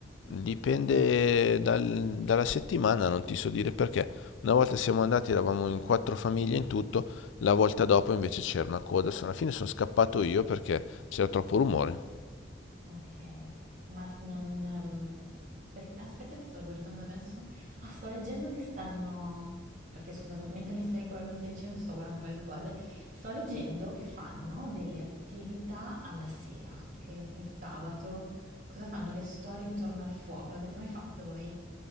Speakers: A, on the left; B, on the right.
A: Dipende dal- dalla settimana, non ti so dire perché. Una volta siamo andati, eravamo in quattro famiglie in tutto, la volta dopo invece c'era una coda. Alla fine sono scappato io perché c'era troppo rumore.
B: Ok, ma non... ehm, per- Aspetta che sto guardando adesso. Ah, sto leggendo che stanno... Perché scusa, mentre mi stai, guard- mi stai dicendo sto guardando un paio di cose. Sto leggendo che fanno delle attività alla sera anche, il sabato. Cosa fanno? Le storie intorno al fuoco. L'avete mai fatto voi?